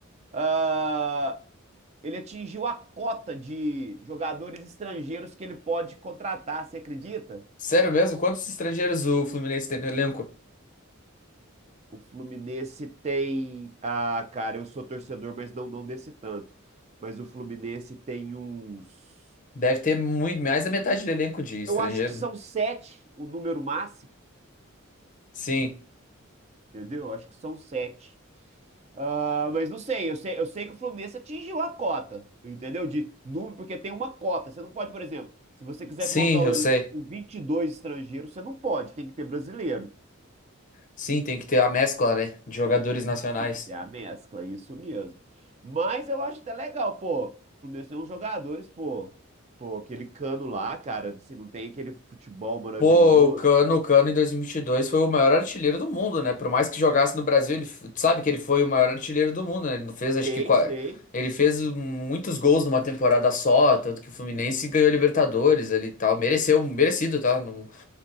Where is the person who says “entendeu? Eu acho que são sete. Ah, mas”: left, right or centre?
Right